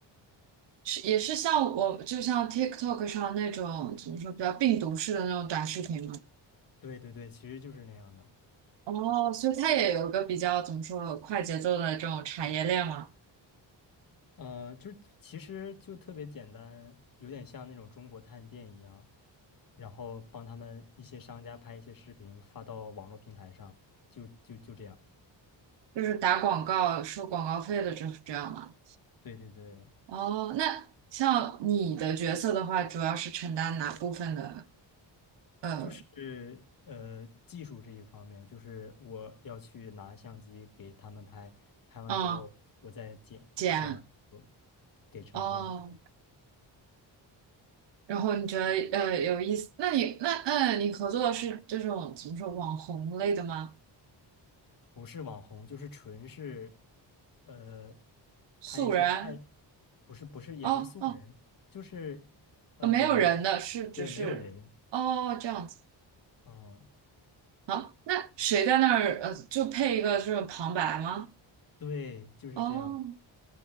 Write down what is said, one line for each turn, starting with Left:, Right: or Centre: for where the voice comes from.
Right: 是也是像我，就像 TikTok 上那种怎么说比较病毒式的那种短视频吗？
Left: 对对对，其实就是那样的。
Right: 哦，所以它也有个比较怎么说快节奏的这种产业链嘛。
Left: 呃，就是其实就特别简单，有点像那种中国探店一样，然后帮他们一些商家拍一些视频发到网络平台上，就就就这样。
Right: 就是打广告收广告费的，这这样吗？
Left: 对对对。
Right: 哦，那像你的角色的话，主要是承担哪部分的？呃，
Left: 就是呃技术这一方面，就是我要去拿相机给他们拍，拍完之后我再剪，
Right: 嗯，剪
Left: 剪完之后给成片。
Right: 哦，然后你觉得呃有意思？那你那嗯，你合作的是这种怎么说网红类的吗？
Left: 不是网红，就是纯是呃
Right: 素人？
Left: 拍一些菜，不是不是也不是素人，
Right: 哦哦，
Left: 就是呃也没有
Right: 呃没有人的是只是哦这样子
Left: 对没有人，嗯，
Right: 啊？那谁在那儿呃就配一个这种旁白吗？
Left: 对，就是这样，
Right: 哦，